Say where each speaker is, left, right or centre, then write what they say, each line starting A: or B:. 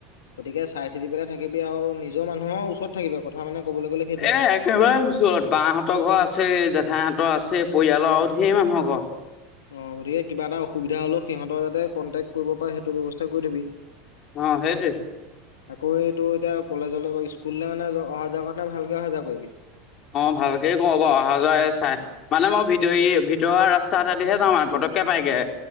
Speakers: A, on the left; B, on the left.
A: গতিকে চাই চিতি পেলাই থাকিবি আৰু নিজৰ মানুহৰ ওচৰত থাকিবি কথা মানে। ক'বলৈ গ'লে সেইটোৱে
B: এ একেবাৰে ওচৰত বা হঁতৰ ঘৰ আছেই জে জেঠাইহতৰ আছে পৰিয়ালৰ আৰু ধেই মানুহ ঘৰ।
A: অ গতিকে কিবা এটা অসুবিধা হলেও সিহঁতৰ যাতে কণ্টেক কৰিব পাৰ সেইটো ব্যবস্থা কৰি থবি।
B: অ সেইটোৱে
A: আকৌ এইটো এতিয়া কলেজলৈ স্কুললৈ মানে অহা যোৱা কৰা নে ভালকে অহা যোৱা কৰিবি।
B: অ ভালকে কওঁ বাৰু অহা যোৱা চাই মানে মই ভিতৰ ভিতৰুৱা ৰাস্তা দি হে যাওঁ পতকে পাইগে।